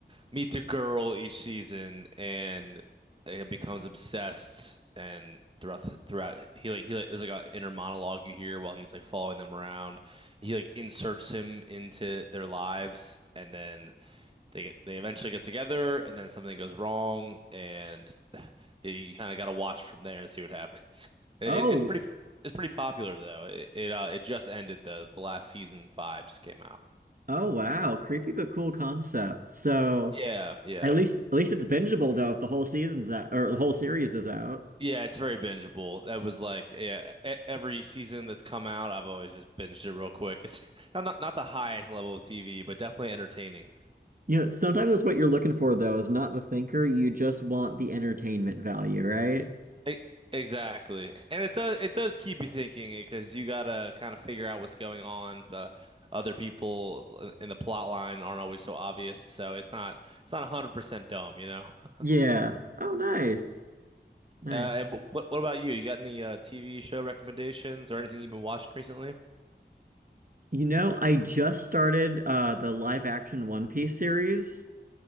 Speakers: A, on the right; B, on the right.
A: meets a girl each season and uh, becomes obsessed and throughout the, throughout he like he like there's like an inner monologue you hear while he's like following them around. He like inserts him into their lives and then they get they eventually get together and then something goes wrong and <sighs> you kind of got to watch from there and see what happens. <laughs> It,
B: Oh,
A: it's pretty it's pretty popular though. It it, uh, it just ended though. The last season five just came out.
B: oh wow, creepy but cool concept. So
A: Yeah, yeah.
B: at least at least it's bingeable though if the whole season's out or the whole series is out.
A: Yeah, it's very bingeable. That was like yeah, e- every season that's come out, I've always just binged it real quick. It's <laughs> not not, not the highest level of TV, but definitely entertaining.
B: You know, sometimes that's what you're looking for though, is not the thinker. You just want the entertainment value, right?
A: E- exactly, and it does it does keep you thinking because you gotta kind of figure out what's going on. The other people in the plot line aren't always so obvious, so it's not it's not 100% dumb, you know.
B: Yeah.
A: <laughs>
B: Oh, nice. Nice.
A: Uh, and wh- what what about you? You got any uh, TV show recommendations or anything you've been watching recently?
B: You know, I just started uh the live action One Piece series.